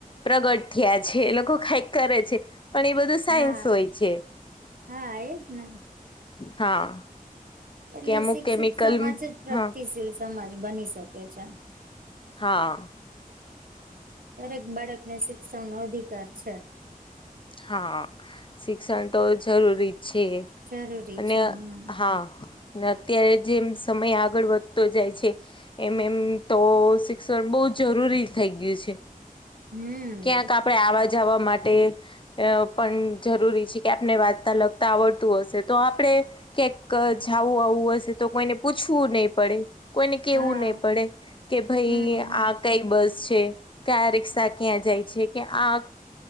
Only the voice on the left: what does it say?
પ્રગટ થયા છે એ લોકો કઈક કરે છે પણ એ બધું. સાયન્સ
હોય છે
હા.
કે અમુક
કેમિકલ
હા
હા.
હા શિક્ષણ તો જરૂરી જ છે.
અને
હા અત્યારે જેમ સમય આગળ વધતો જાય છે. એમ એમ તો શિક્ષણ બહુ જરૂરી થઈ ગયું છે.
ક્યાંક આપડે આવા જવા માટે. અ પણ જરૂરી છે કે આપને વાંચતા લગતા આવડતું હશે તો આપણે. કક જવું આવું હશે તો કોઈને પૂછવું નહી પડે. કોઈને કેવું
નહી પડે કે ભાઈ
આ કઈ બસ છે કે આ રિક્ષા ક્યાં જાય છે કે આ.